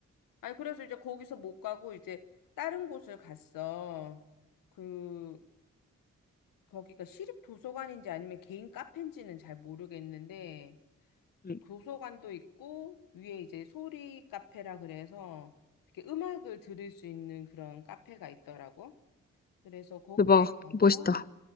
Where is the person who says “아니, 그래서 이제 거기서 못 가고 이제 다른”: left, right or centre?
Left